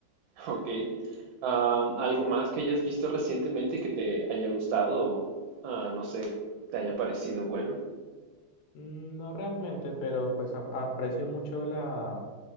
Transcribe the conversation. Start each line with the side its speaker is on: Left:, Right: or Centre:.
Right: Ok. Ah, ¿algo más que hayas visto recientemente que te haya gustado o, ah, no sé, te haya parecido bueno?
Left: Mm, No realmente, pero pues ap- aprecio mucho la